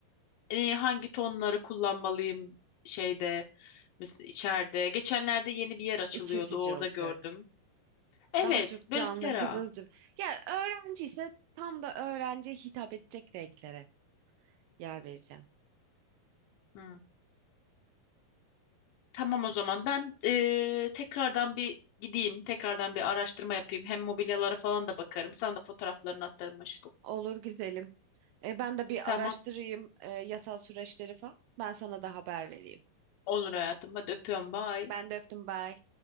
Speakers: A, on the left (about 75°); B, on the right (about 85°).
A: e, hangi tonları kullanmalıyım şeyde mes- içeride. Geçenlerde yeni bir yer açılıyordu.
B: iç açıcı
A: Orada
B: olacak.
A: gördüm. Evet,
B: Daha çok
A: böyle
B: canlı,
A: ferah.
B: cıvıl cıvıl. Ya öğrenci ise tam da öğrenciye hitap edecek renklere yer vereceğim.
A: Hı. Tamam o zaman ben e, tekrardan bir gideyim. Tekrardan bir araştırma yapayım. Hem mobilyalara falan da bakarım. Sana da fotoğraflarını atarım aşkım.
B: Olur güzelim. E, ben de bir
A: Tamam.
B: araştırayım e, yasal süreçleri falan. Ben sana da haber vereyim.
A: Olur hayatım. Hadi öpüyorum. Bye.
B: Ben de öptüm, bye.